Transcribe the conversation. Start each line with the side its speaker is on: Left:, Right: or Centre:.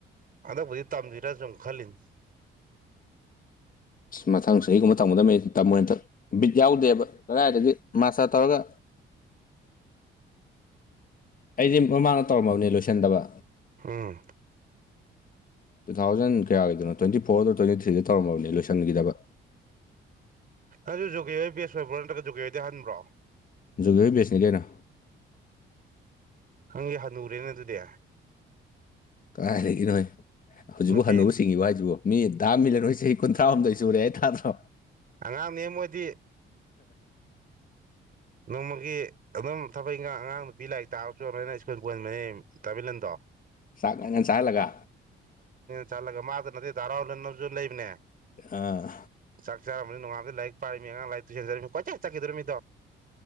Right: ꯍꯟꯗꯛꯕꯨꯗꯤ ꯇꯝꯕꯤꯔꯁꯨꯨꯝ ꯈꯜꯂꯤꯅꯤ
Left: ꯃꯊꯪꯁ ꯑꯩꯒꯨꯝꯕ ꯇꯝꯒꯗꯕ ꯇꯝꯃꯣꯏ ꯍꯟꯇ ꯕꯤꯠ ꯌꯥꯎꯗꯦꯕ ꯀꯗꯥꯏꯗꯒꯤ ꯃꯥꯁꯇꯔ ꯇꯧꯔꯒ ꯑꯩꯗꯤ ꯃꯃꯥꯡꯗ ꯇꯧꯔꯝꯃꯕꯅꯤ ꯂꯣꯏꯁꯟꯗꯕ
Right: ꯑꯝ
Left: ꯇꯨ ꯊꯥꯎꯖꯟ ꯀꯌꯥꯒꯤꯗꯅꯣ ꯇ꯭ꯋꯦꯟꯇꯤ ꯐꯣꯔ ꯑꯗꯨ ꯇ꯭ꯋꯦꯟꯇꯤ ꯊ꯭ꯔꯤꯗ ꯇꯧꯔꯝꯃꯕꯅꯤ ꯂꯣꯏꯁꯤꯟꯈꯤꯗꯕ <inaudible>
Right: ꯑꯗꯨ ꯖꯨꯒꯦ ꯍꯣꯏ ꯕꯁ ꯑꯣꯏꯕ꯭ꯔ ꯅꯠꯇ꯭ꯔꯒ ꯖꯒꯦ ꯍꯣꯏꯗꯤ ꯍꯟꯕ꯭ꯔꯣ
Left: ꯖꯨꯒ ꯦꯁꯅꯤ ꯂꯩꯦꯅ
Right: ꯍꯪꯒꯤꯦ ꯍꯅꯨꯔꯦꯅꯦ ꯑꯗꯨꯗꯤ
Left: ꯀꯥꯏꯔꯒꯦ ꯅꯣꯏ ꯍꯧꯖꯤꯛꯐꯥꯎ
Right: ꯅꯨꯄꯤ
Left: ꯍꯟꯅꯨꯕꯨ ꯁꯤꯡꯉꯤꯕꯣ ꯍꯥꯏꯁꯤꯕꯣ ꯃꯤ ꯗꯥꯝ ꯃꯤꯜꯂꯦ ꯅꯣꯏ ꯏꯁꯩ ꯀꯨꯟꯊ꯭ꯔꯥꯍꯨꯝꯗꯣꯏ ꯁꯨꯔꯦ ꯍꯥꯏ ꯇꯥꯗ꯭ꯔꯣ
Right: ꯑꯉꯥꯡꯅꯦ ꯃꯣꯏꯗꯤ ꯅꯣꯡꯃꯒꯤ ꯑꯗꯨꯝ ꯊꯕꯛ ꯏꯪꯥꯡ ꯑꯉꯥꯡ ꯅꯨꯄꯤ ꯂꯥꯏꯔꯤꯛ ꯇꯥꯕꯁꯨ ꯅꯣꯏꯅ ꯁ꯭ꯀꯨꯜ ꯀꯍꯟꯕꯅꯤ ꯇꯥꯕꯤꯂꯟꯗꯣ
Left: ꯆꯥꯛ ꯉꯟ ꯉꯟ ꯆꯥꯍꯜꯂꯒ
Right: ꯆꯠꯂꯒ ꯃꯥꯗꯨ ꯅꯠꯇꯦ ꯙꯔꯥꯎ ꯂꯩꯅꯕꯁꯨ ꯂꯩꯕꯅꯦ
Left: ꯑꯥ
Right: ꯆꯔꯝꯅꯤꯣꯡꯉꯝꯗ ꯂꯥꯏꯛ ꯄꯥꯃꯤ ꯑꯉꯥꯡꯥꯏꯔꯤ ꯇꯣꯏ ꯆꯠꯈꯤꯗꯣꯃꯤ